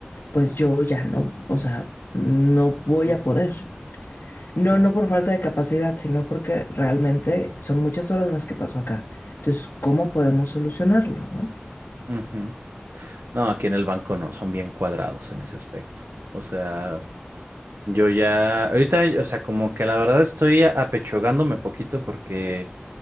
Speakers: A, on the left (about 75°); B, on the right (about 80°).
A: pues yo ya no, o sea, no voy
B: Ujú,
A: a poder. No,
B: Claro.
A: no por falta de capacidad, sino porque realmente son muchas horas las que pasó acá. Entonces, ¿cómo podemos solucionarlo, no?
B: Ujú. No, aquí en el banco no, son bien cuadrados en ese aspecto. O sea... Yo ya, ahorita, o sea, como que la verdad estoy apechugándome poquito porque